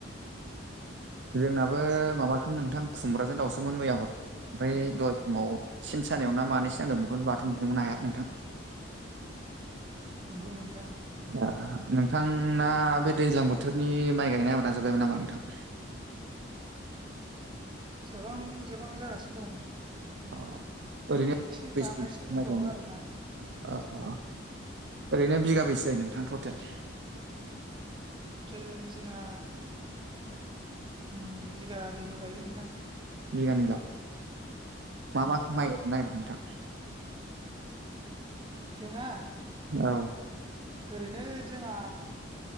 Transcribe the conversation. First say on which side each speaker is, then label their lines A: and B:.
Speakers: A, on the right; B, on the right.
A: जोंनाबो माबासोमोन नोंथां खुमब्राजों दाउसोमोन मैया हर ओमफ्राय दहय फुङाव सिन सानायाव ना मानैसो नांदोंमोन बेखौनो बाथोन नुदोंमोन आया। नोंथां।
B: नंगौ नोंथां
A: आ नोंथांना बे दैज्लां बोथोरनि माइ गायनाय आबादा जोब्बायमोन नामा नोंथां?
B: <inaudible> जोबहां जोबहां जागासिनो दं नोंथां।
A: अ ओरैनो
B: एसे
A: बेसे
B: बाङायसो दंबावो
A: माइ गायनो
B: आरो ना।
A: अ अ ओरैनो बिगाबैसे जायो नोंथां टटेल?
B: हटेल जिंहा उम बिगानैल' गायो नोंथां।
A: बिगानैल' मा
B: उम
A: मा माइ <unintelligible> नोंथां?
B: जोंहा?
A: औ
B: ओरैनो जोंहा